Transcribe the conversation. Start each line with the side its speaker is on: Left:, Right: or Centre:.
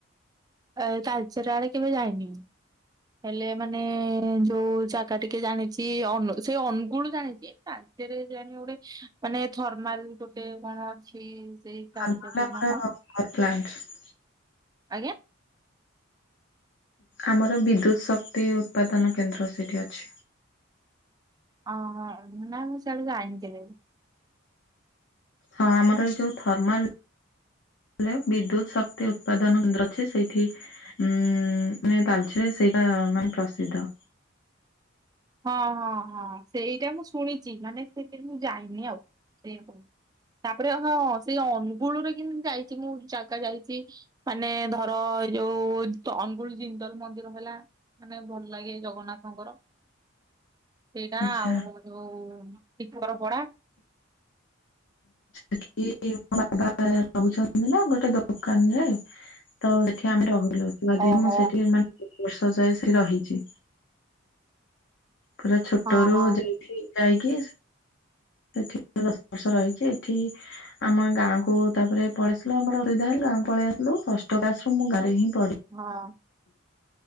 Right: ଏ ତାଲ୍‌ଚେର୍ ଆଡ଼େ କେବେ ଯାଇନି। ହେଲେ ମାନେ ଯୋଉ ଜାଗା ଟିକେ ଜାଣିଚି ଅନ୍‌ ସେ ଅନୁଗୁଳ ଜାଣିଚି। ରାଜ୍ୟ ରେ ଜାଣିବ ଗୋଟେ ମାନେ ଥର୍ମାଲ୍ ଗୋଟେ କଣ ଅଛି ସେଇ <unintelligible>
Left: ଥର୍ମାଲ୍ ଆମର
Right: ନା କଣ?
Left: ନଥଲ୍ୟାଣ୍ଡ <unintelligible>
Right: ଆଜ୍ଞା।
Left: ଆମର ବିଦ୍ୟୁତ୍ ଶକ୍ତି ଉତ୍ପାଦନ କେନ୍ଦ୍ର ସେଠି ଅଛି।
Right: ଅ ହଁ ନାଇଁ ମୁଁ ସିଆଡ଼େ ଯାଇନି କେବେ ବି।
Left: ହଁ ଆମର ଏ ଯୋଉ ଥର୍ମାଲ୍ ହ୍ୟାଲୋ ବିଦ୍ୟୁତ୍‌ ଶକ୍ତି ଉତ୍ପାଦନ କେନ୍ଦ୍ର ଅଛି। ସେଇଠି ଉଁ ନାଇ ତାଲ୍‌ଚେର୍‌ ସେଇଟା ମାନେ ପ୍ରସିଦ୍ଧ।
Right: ହଁ ହଁ ହଁ ସେଇଟା ମୁଁ ଶୁଣିଚି ମାନେ ସେଇଠି କୁ ଯାଇନି ଆଉ ସେଇଆ କ ତାପରେ ହଁ ସେଇ ଅନୁଗୁଳରେ କିନ୍ତୁ ଯାଇଚି ମୁଁ ଜାଗା ଯାଇଚି। ମାନେ ଧର ଏଇ ଯୋଉ ଅନୁଗୁଳ ଜିନ୍ଦଲ୍‌ମନ୍ଦିର ହେଲା। ମାନେ ଭଲ ଲାଗେ ଜଗନ୍ନାଥଙ୍କ ର। ସେଇଟା
Left: ଆଚ୍ଛା।
Right: ଆଉ ଯୋଉ ଟିକରପଡା।
Left: ସେଠି ମୋ ବାବା ରହୁଛନ୍ତି ନା ଗୋଟେ ଦୋକାନ୍‌ ରେ। ତ ସେଠି ଆମେ ରହିଲୁ ଯଦି
Right: ଓହୋ
Left: ମୁଁ ସେଠି ମାନେ <unintelligible> ବର୍ଷ ଯାଏ ସେଇଠି ରହିଚି ପୁରା ଛୋଟ
Right: ହଁ
Left: ରୁୁ
Right: ହଁ
Left: ଯାଇକି ଯାଇକି ସ ସେଠି ଦଶ ବର୍ଷ ରହିଛି ଏଠି ଆମ ଗାଁ <unintelligible> କୁ ତାପରେ ପଳେଇ ଆସିଲୁ ଆମରଧା ଗାଁକୁ ପଳେଇ ଆସିଲୁ ଷଷ୍ଠ କ୍ଲାସ୍‌ ରୁ ମୁଁ ଗାଁ ରେ ହିଁ ପଢିଛି
Right: ହଁ।